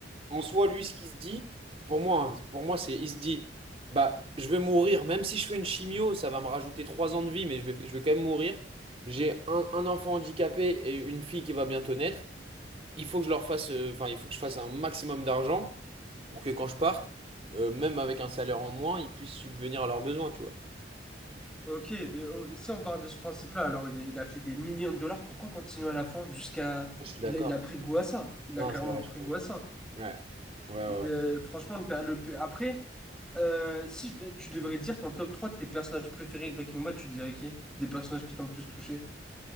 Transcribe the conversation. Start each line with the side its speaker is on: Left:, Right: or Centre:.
Right: En soi, lui, ce qu'il se dit, pour moi, hein, pour moi, c'est, il se dit, bah, je vais mourir, même si je fais une chimio, ça va me rajouter trois ans de vie, mais je vais, je vais quand même mourir. J'ai un, un enfant handicapé et une fille qui va bientôt naître. Il faut que je leur fasse, euh, enfin, il faut que je fasse un maximum d'argent pour que quand je parte, euh, même avec un salaire en moins, ils puissent subvenir à leurs besoins, tu vois.
Centre: Ok, mais euh, si on part de ce principe-là, alors il a, il a fait des millions de dollars, pourquoi continuer à la fin jusqu'à...
Right: Je suis d'accord.
Centre: Il a, il a pris goût à ça, il
Right: Non,
Centre: a clairement
Right: c'est vrai,
Centre: pris
Right: je suis d'accord.
Centre: goût à ça.
Right: Ouais, ouais,
Centre: Il
Right: ouais.
Centre: est- franchement, le, pe- le pe- après, euh, si je de- tu devrais dire ton top 3 de tes personnages préférés de Breaking Bad, tu dirais qui? Des personnages qui t'ont le plus touché?